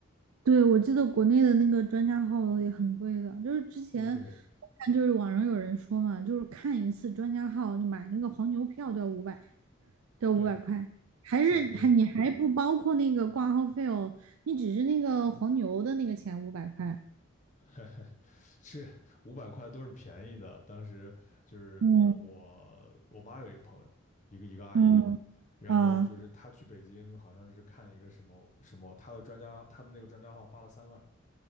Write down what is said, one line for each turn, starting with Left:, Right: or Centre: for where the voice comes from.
Right: 对，我记得国内的那个专家号也很贵的，就是之前
Left: 对
Right: 我看就是网上有人说嘛，就是看一次专家号，你买那个黄牛票都要五百，都要五百块，
Left: 对，
Right: 还是还你还不包括那个挂号费哦，
Left: 是你
Right: 你只是那个黄牛的那个钱五百块。
Left: <laughs> 这五百块都是便宜的。当时就是我我我妈有一个朋友，
Right: 嗯
Left: 一个一个阿姨，
Right: 嗯
Left: 然后就是他去北京，
Right: 啊，
Left: 好像是看一个什么什么，他的专家，他的那个专家号花了三万，